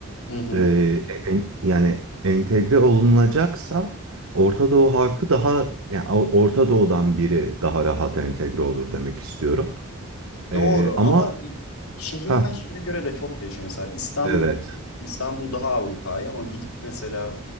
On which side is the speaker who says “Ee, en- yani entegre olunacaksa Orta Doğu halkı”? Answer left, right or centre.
Right